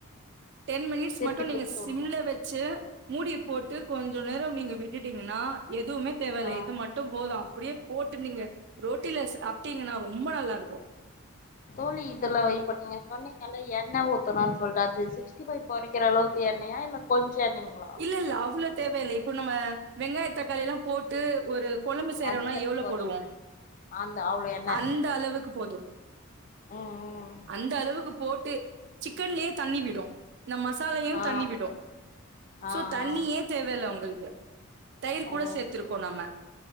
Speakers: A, on the right; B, on the left.
A: டென் மினிட்ஸ்
B: திருப்பி
A: மட்டு நீங்க
B: திருப்பி
A: சிம்ல
B: வுடணு
A: வெச் சு மூடிய போட்டு கொஞ்சோ நேரம் நீங்க விட்டுட்டீங்கன்னா எதுவுமே தேவ இல்ல
B: ஆ
A: இது மட் டும் போது அப்புடியே போட்டு நீங்க ரோட்டில சாப்பிட்டீங்கன்னா ரொம்ப நல்லா இருக்கோ
B: தோழி இதுல இப்ப நீங்க சொன்னீங்க ல்ல எண்ண ஊத்தணோனு சொல்ட்டு அது சிக்ஸ்டி ஃபைவ் பொறிக்கிற அளவுக்கு எண்ணயா இல்ல கொஞ்சோ எண்ணயுங்களா
A: இல்ல இல்ல அவ்ளோ தேவ இல்ல இப்போ நம்ம வெங்காயோ தக்காளிலா போட்டு ஒரு கொலம்பு செய்றோனா
B: வதக்கறதுக்கு
A: எவ்ளோ
B: ஒரு
A: போடுவோ
B: அந்த அவ்ளோ எண்ண
A: அந்த அளவுக்கு போதும்
B: ம் ம்
A: அந்த அளவுக்கு போட்டு சிக்கன்லயே தண்ணி விடு இந்த மசாலையு
B: ஆ
A: தண்ணி விடு சோ
B: ஆ ஆ
A: தண்ணியே தேவல்ல உங்களுக்கு தயிர்
B: ஓ
A: கூட சேத்திருக்கோ நம்ம